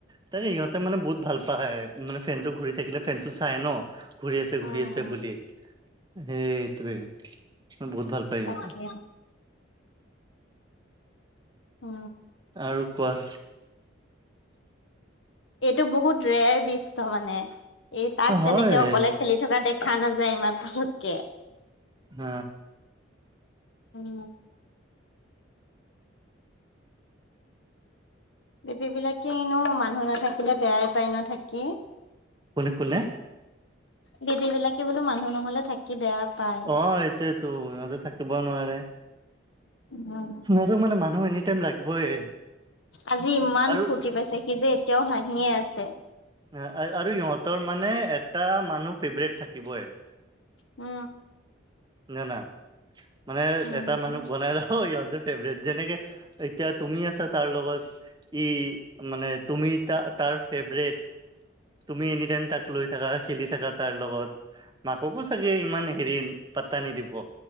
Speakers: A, on the right; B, on the left.
A: তে ইহঁতে মানে বহুত ভাল পায়। মানে ফেনটো ঘূৰি থাকিলে ফেনটো চাই ন। ঘূৰি আছে
B: উম,
A: ঘূৰি আছে বুলি সেইটোৱে, বহুত ভাল পায় ইহঁতে।
B: তাকে অ।
A: আৰু কোৱা।
B: এইটো বহুত ৰেয়াৰ দৃশ্য মানে। এই তাক তেনেকে
A: হয়
B: অকলে খেলি থকা দেখা নাযায় ইমান পটককে।
A: হ।
B: উম। বেবীবিলাকে এনেও মানুহ নাথাকিলে বেয়াই পায় ন থাকি?
A: কোনে কোনে?
B: বেবীবিলাকে বোলো মানুহ নহলে থাকি বেয়া পায়।
A: অ, এইটোৱেটো সিহঁতে থাকিব নোৱাৰে।
B: উম।
A: সিহঁতক মানে মানুহ এনি টাইম লাগবই
B: আজি ইমান
A: আৰু
B: ফূৰ্তি পাইছে সি যে এতিয়াও হাঁহিয়ে আছে।
A: আ-আ-আৰু ইহঁতৰ মানে এটা মানুহ ফেভৰেট থাকিবই।
B: অ।
A: না না মানে
B: উম,
A: এটা মানুহ বনাই ৰা হয় ইহঁতৰ ফেভৰেট যেনেকে এতিয়া তুমি আছা তাৰ লগত। ই মানে তুমি তা-তাৰ ফেভৰেট। তুমি এনি টাইম তাক লৈ থাকা, খেলি থাকা তাৰ লগত। মাককো চাগে ইমান হেৰি পাত্তা নিদিব।